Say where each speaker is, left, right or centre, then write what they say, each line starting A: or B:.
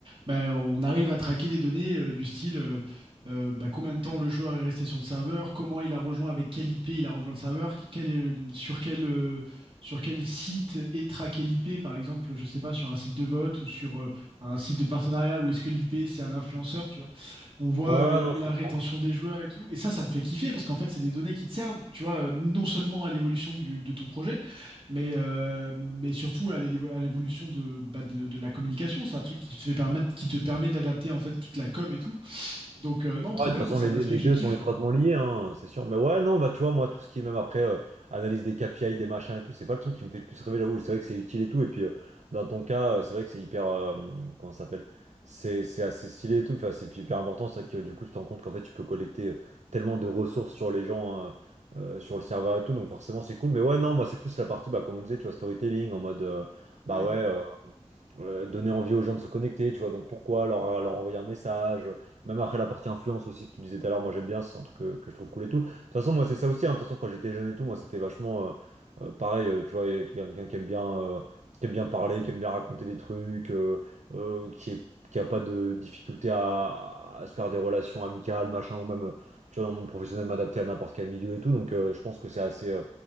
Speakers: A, on the right; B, on the right.
A: Ben, on arrive à traquer des données euh, du style euh, euh, ben, combien de temps le joueur est resté sur le serveur, comment il a rejoint, avec quelle IP il a rejoint le serveur, quel, euh, sur quel, euh, sur quel site est traqué l'IP, par exemple, je sais pas, sur un site de vote ou sur euh, un site de partenariat, où est-ce que l'IP c'est un influenceur, tu vois on voit
B: Ouais,
A: euh, la,
B: non, je comprends.
A: la rétention des joueurs et tout. Et ça, ça me fait kiffer parce qu'en fait, c'est des données qui te servent, tu vois, euh, non seulement à l'évolution du- de ton projet, mais, euh, mais surtout à l'évo- à l'évolution de, bah, de, de la communication. C'est un truc qui te fait permettre, qui te permet d'adapter en fait toute la com et tout. Donc, euh, non, trop
B: Ah ouais,
A: bien.
B: de toute
A: Moi,
B: façon,
A: c'est
B: les,
A: un
B: les-
A: aspect
B: les
A: que
B: deux
A: je kiffe.
B: sont étroitement
A: ouais.
B: liés, hein, c'est sûr. Mais ouais, non, bah tu vois, moi, tout ce qui est même après euh, analyse des KPI, des machins et tout, c'est pas le truc qui me fait le plus rêver là où. C'est vrai que c'est utile et tout. Et puis, euh, dans ton cas, euh, c'est vrai que c'est hyper. euh, comment ça s'appelle? C'est c'est assez stylé et tout. Enfin, c'est hyper important. C'est vrai que euh, du coup, tu te rends compte qu'en fait, tu peux collecter euh, tellement de ressources sur les gens, euh, euh, sur le serveur et tout. Donc, forcément, c'est cool. Mais ouais, non, moi, c'est plus la partie, bah, comme on disait, tu vois, storytelling en mode. euh, bah
A: Ouais.
B: ouais. euh, euh, donner envie aux gens de se connecter, tu vois. Donc pourquoi leur, leur envoyer un message, euh, même après la partie influence aussi que tu disais tout à l'heure, moi j'aime bien, c'est un truc que, que je trouve cool et tout. De toute façon, moi c'est ça aussi, hein. De toute façon, quand j'étais jeune et tout, moi c'était vachement euh, euh, pareil, euh, tu vois, et quelqu'un qui aime bien, euh, qui aime bien parler, qui aime bien raconter des trucs, euh, euh, qui est, qui a pas de difficulté à, à se faire des relations amicales, machin, ou même. euh, Tu vois, dans le monde professionnel, m'adapter à n'importe quel milieu et tout. Donc, euh, je pense que c'est assez, euh,